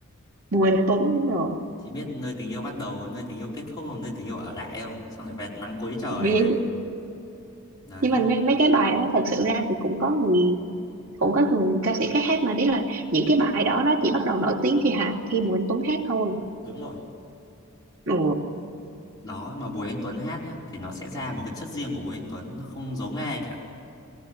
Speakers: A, on the right; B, on the left.
A: Bùi Anh Tuấn đúng rồi
B: Chị biết nơi tình yêu bắt đầu, nơi tình yêu kết thúc, nơi tình yêu ở lại không? Xong lại về nắng cuối trời
A: Vì-
B: này. Đấy,
A: nhưng mà mấy mấy cái bài đó thật sự ra thì cũng có người cũng có người ca sĩ khác hát mà đấy là những cái bài đó nó chỉ bắt đầu nổi tiếng khi hạ khi Bùi Anh Tuấn hát thôi
B: đúng rồi.
A: ừ,
B: Đó mà Bùi Anh Tuấn hát nhá thì nó sẽ ra một cái chất riêng của Bùi Anh Tuấn, nó không giống ai cả.